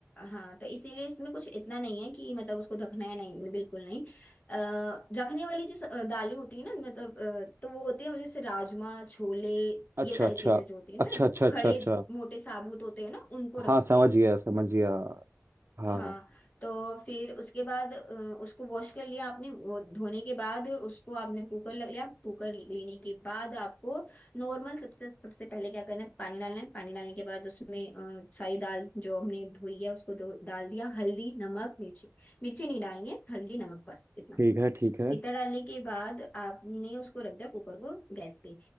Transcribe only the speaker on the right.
अच्छा
अच्छा
अच्छा
अच्छा अच्छा
अच्छा
हाँ समझ
गया समझ गया हाँ
हाँ,
ठीक है ठीक है